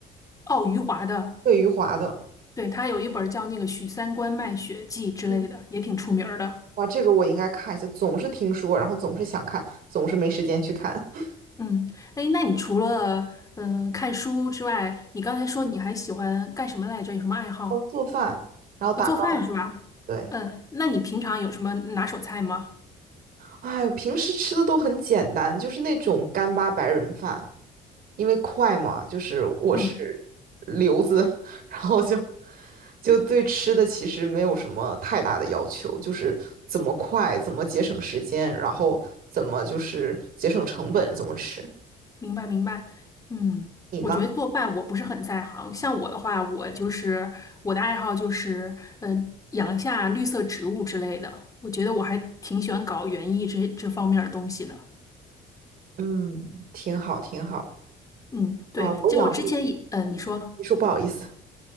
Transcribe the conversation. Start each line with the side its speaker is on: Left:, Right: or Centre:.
Left: 哦，余华的，
Right: 魏余华的。
Left: 对，他有一本叫那个《许三观卖血记》之类的，
Right: 嗯，
Left: 也挺出名儿的。
Right: 哇，这个我应该看一下，总是听说，然后总是想看，总是没时间去看。<laughs>
Left: 嗯，哎，那你除了嗯、呃看书之外，你刚才说你还喜欢干什么来着？有什么爱好？
Right: 哦，做饭，然后打高尔夫，
Left: 呃做饭是吧？
Right: 对。
Left: 嗯，那你平常有什么拿手菜吗？
Right: 哎，平时吃的都很简单，就是那种干巴白人饭，因为快嘛，就是我是留子，
Left: 嗯，
Right: <laughs> 然后就就对吃的其实没有什么太大的要求，就是怎么快，怎么节省时间，然后怎么就是节省成本，怎么吃。
Left: 明白明白。嗯，
Right: 你呢？
Left: 我觉得做饭我不是很在行。像我的话，我就是我的爱好就是，嗯、养一下绿色植物之类的。我觉得我还挺喜欢搞园艺这这方面儿的东西的。
Right: 嗯，挺好，挺好。
Left: 嗯，对，
Right: 哇，我养绿，
Left: 就我之前也，嗯、你说。
Right: 你说不好意思，